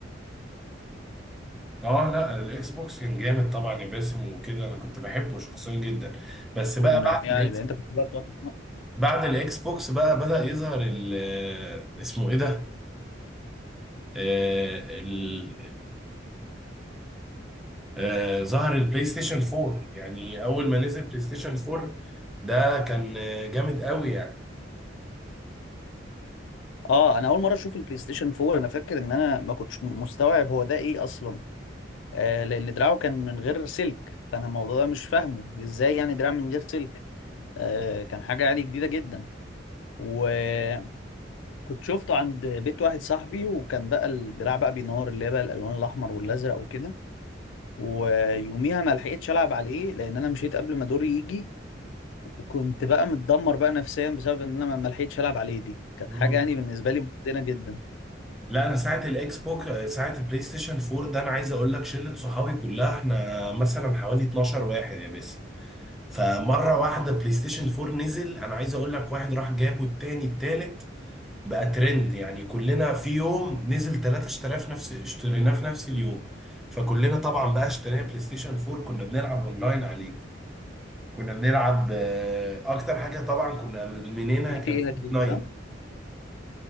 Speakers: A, in the centre; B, on the left.
A: اه لا الاكس بوكس كان جامد طبعا يا باسم وكده انا كنت بحبه شخصيا جدا بس
B: كنا
A: بقى بعد
B: يعني
A: الاكس
B: لان انت كنت بقى بتقعد تسمع-
A: بعد الاكس بوكس بقى بدأ يظهر ال آه، اسمه ايه ده آه، ال- آه، ظهر البلاي ستيشن 4 يعني اول ما نزل بلاي ستيشن 4 ده كان آه، جامد قوي يعني
B: اه انا اول مرة اشوف البلاي ستيشن 4 انا فاكر ان انا ما كنتش مستوعب هو ده ايه اصلا آه، لان دراعه كان من غير سلك فانا الموضوع ده مش فاهمه ازاي يعني دراع من غير سلك آه، كان حاجه يعني جديده جدا وكنت شفته عند بيت واحد صاحبي وكان بقى الدراع بقى بينور اللي هي بقى الالوان الاحمر والازرق وكده ويوميها ما لحقتش العب عليه لان انا مشيت قبل ما دوري يجي وكنت بقى متدمر بقى نفسيا بسبب ان انا ما ما لحقتش العب عليه دي كانت
A: مم.
B: حاجه يعني بالنسبه لي محزنه جدا
A: لا انا ساعه الاكس بوك ساعه البلاي ستيشن 4 ده انا عايز اقول لك شله صحابي كلها احنا مثلا حوالي 12 واحد يا باسم فمره واحده بلاي ستيشن 4 نزل انا عايز اقول لك واحد راح جابه التاني التالت بقى ترند يعني كلنا في يوم نزل ثلاثة اشتراف نفس اشتريناه في نفس اليوم فكلنا طبعا بقى اشترينا بلاي ستيشن 4 كنا بنلعب اونلاين عليه كنا بنلعب آه، اكتر حاجه طبعا كنا مدمنينها
B: جي
A: كان
B: تي ايه
A: فورتنايت
B: اكيد صح